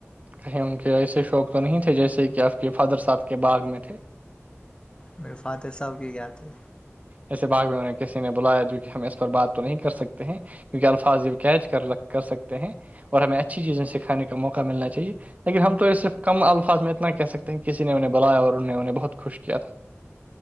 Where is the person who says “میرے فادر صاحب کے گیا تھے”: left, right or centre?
Left